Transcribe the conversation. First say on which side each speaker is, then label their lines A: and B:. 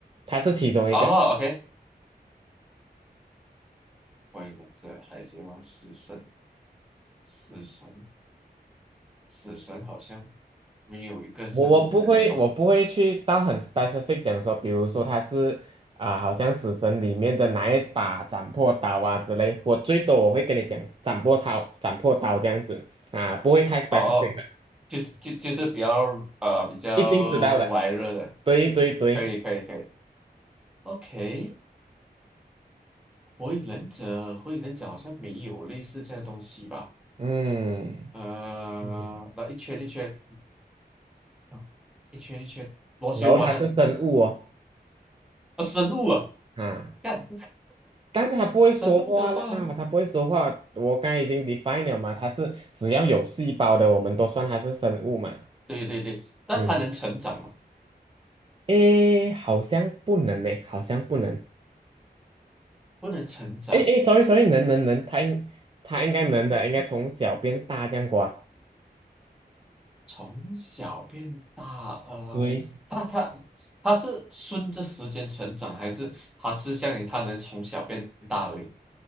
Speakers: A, on the right (about 30°); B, in the centre.
A: 它是其中一个。
B: 哦，OK，关于这海贼王死神，死神，死神好像没有一个生物不能动。
A: 我我不会，我不会去到很 specific 讲说，比如说它是啊、好像《死神》里面的哪一把斩魄刀啊之类，我最多我会跟你讲斩破刀、斩破刀这样子啊、不会太 specific
B: 哦，
A: 的，
B: 就是就就是比较呃比较玩热的，
A: 一定知道的。对对对，
B: 可以可以可以，OK，火影忍者火影忍者好像没有类似这样的东西吧？
A: 嗯。
B: 呃，
A: 嗯，
B: 那一圈一圈，啊，一圈一圈螺旋丸的
A: 然后它是生物哦，
B: 啊，生物啊，
A: 啊，
B: 干
A: 但是它不会说话啦，
B: 生物的话，
A: 它不会说话。我刚才已经 define 了嘛，它是只要有细胞的，我们都算它是生物嘛。
B: 对对对，那它能成长吗？
A: 嗯，诶，好像不能呢，好像不能。
B: 不能成长，
A: 诶诶，sorry sorry，能能能，它应它应该能的，应该从小变大这样过啊。
B: 从小变大，呃，
A: 对，
B: 他他他是顺着时间成长，还是他是想你，他能从小变大而已？